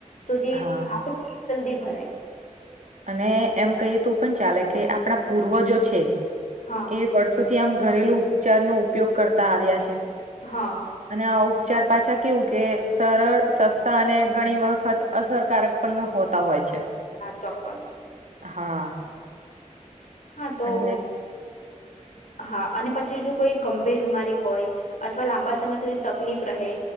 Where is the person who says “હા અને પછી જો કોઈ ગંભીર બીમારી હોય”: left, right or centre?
Left